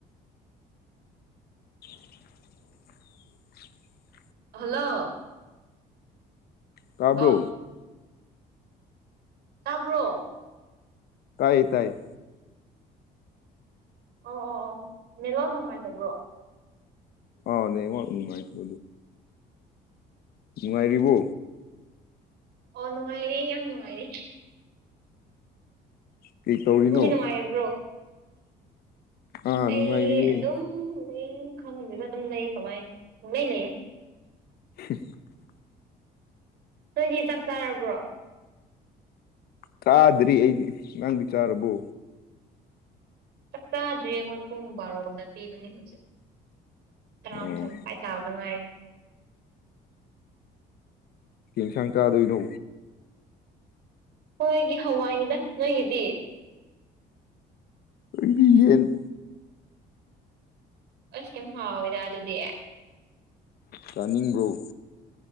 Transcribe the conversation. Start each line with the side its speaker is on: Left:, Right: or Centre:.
Left: <unintelligible>
Right: ꯍꯜꯂꯣ
Left: ꯇꯥꯕ꯭ꯔꯣ
Right: ꯑꯧ ꯇꯥꯕ꯭ꯔꯣ
Left: ꯇꯥꯏꯌꯦ ꯇꯥꯏꯌꯦ
Right: ꯑꯣ ꯑꯣ ꯑꯣ ꯅꯦꯠꯋꯥꯛ ꯅꯨꯡꯉꯥꯏꯇꯕ꯭ꯔꯣ
Left: ꯑꯥꯎ ꯅꯦꯠꯋꯥꯛ ꯅꯨꯡꯉꯥꯏꯇꯦ ꯅꯨꯡꯉꯥꯏꯔꯤꯕꯣ
Right: ꯑꯣ ꯅꯨꯡꯉꯥꯏꯔꯤ ꯌꯥꯝ ꯅꯨꯡꯉꯥꯏꯔꯤ
Left: ꯀꯩ ꯇꯧꯔꯤꯅꯣ
Right: ꯨꯅꯪꯗꯤ ꯅꯨꯡꯉꯥꯏꯔꯤꯕ꯭ꯔꯣ
Left: ꯑꯥ
Right: ꯑꯩ
Left: ꯅꯨꯡꯉꯥꯏꯔꯤꯌꯦ
Right: ꯑꯗꯨꯝ ꯂꯩ ꯈꯪꯗꯦꯗ ꯑꯗꯨꯝ ꯂꯩ ꯀꯃꯥꯏ ꯄꯪꯂꯩ ꯂꯩꯌꯦ
Left: ꯍ <inaudible>
Right: ꯅꯣꯏꯗꯤ ꯆꯥꯛ ꯆꯥꯔꯕ꯭ꯔꯣ
Left: ꯆꯥꯗ꯭ꯔꯤ ꯑꯩꯗꯤ ꯅꯪꯗꯤ ꯆꯥꯔꯕꯣ
Right: ꯆꯥꯛ ꯆꯥꯗ꯭ꯔꯤ ꯑꯩꯈꯣꯏ ꯄꯨꯡ ꯕꯥꯔꯣꯝꯗ ꯄꯤꯕꯅꯦ ꯍꯧꯖꯤꯛ ꯇꯔꯥꯃꯊꯣꯏ
Left: ꯑꯣ
Right: ꯇꯥꯕꯗꯉꯥꯏꯔꯤ
Left: ꯀꯩ ꯏꯟꯁꯥꯡ ꯆꯥꯗꯣꯏꯅꯣ
Right: ꯍꯣꯏꯒꯤ ꯍꯋꯥꯏꯅꯤꯗ ꯅꯣꯏꯒꯤꯗꯤ
Left: <unintelligible>
Right: ꯑꯁ ꯌꯥꯝ ꯍꯥꯎꯋꯦꯗ ꯑꯗꯨꯗꯤ
Left: ꯆꯥꯅꯤꯡꯕꯔꯣ